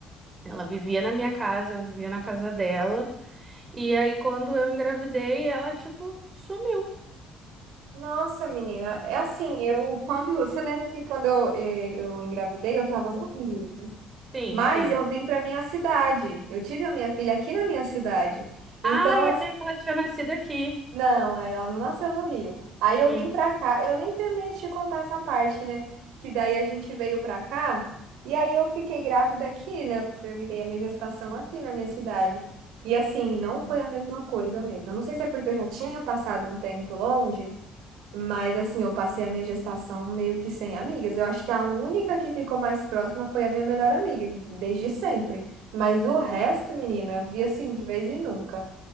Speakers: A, on the right; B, on the right.
A: Ela vivia na minha casa, eu vivia na casa dela. E aí, quando eu engravidei, ela, tipo, sumiu.
B: Nossa, menina, é assim, eu quando, você lembra que quando eu, eh, eu engravidei, eu tava no Rio, né?
A: Sim,
B: Mas
A: sim.
B: eu vim para minha cidade. Eu tive a minha filha aqui na minha cidade. Então,
A: Ah, eu achei que ela tinha nascido aqui.
B: Não, aí ela não nasceu no Rio. Aí eu
A: Hum.
B: vim pra cá, eu nem terminei de te contar essa parte, né? Que daí a gente veio pra cá e aí eu fiquei grávida aqui, né? Eu terminei a minha gestação aqui na minha cidade. E assim, não foi a mesma coisa mesmo. Eu não sei se é porque eu já tinha passado um tempo longe, mas assim, eu passei a minha gestação meio que sem amigas. Eu acho que a única que ficou mais próxima foi a minha melhor amiga, desde sempre. Mas o resto, menina, eu vi assim de vez em nunca.